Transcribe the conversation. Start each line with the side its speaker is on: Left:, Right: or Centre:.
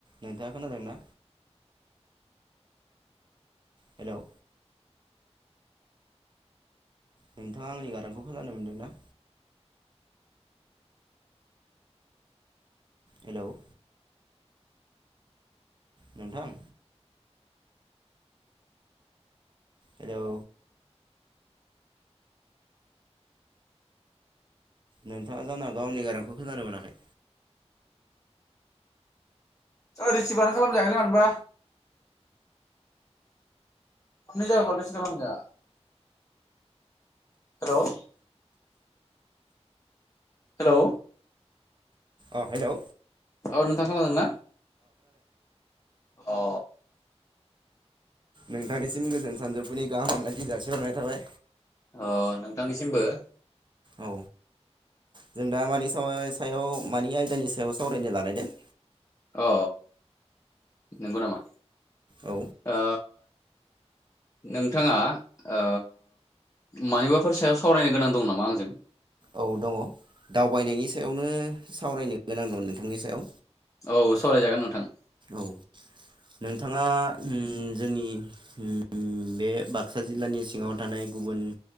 Right: नोंथाङा खोनादोंना। हेल'। नोंथाङा आंनि गारांखौ खोनानो मोनदों ना। हेल'। नोंथां। हेलौ। नोंथाङा जानो हागौ आंनि गारांखौ खोनानो मोनाखै।
Left: ओइ रिसिफयानो खालामजाखोन नै मानोबा नै जाबा <unintelligible> हेल'। हेलौ।
Right: अ हेल'।
Left: औ नोंथां खोनादोंना। अ।
Right: नोंथांनिसिम गोजोन सानजौफुनि गाहाम हामलायथि जासिहरनाय थाबाय
Left: अ नोंथांनिसिमबो।
Right: औ जों दा मानि स सायाव मानि आयदानि सायाव सावरायनो लाानायदों।
Left: अ नंगौ नामा।
Right: औ
Left: ओ। नोंथाङा ओ मानिबाफोर सायाव सावरायनो गोनां दं नामा आंजों?
Right: औ दङ दावबायनायनि सायावनो सावरायनो गोनां दं नोंथांनि सायाव।
Left: औ सावरायजागोन नोंथां।
Right: औ नोंथांङा उम जोंनि उम बे बाक्सा जिल्लानि सिङाव थानाय गुबुन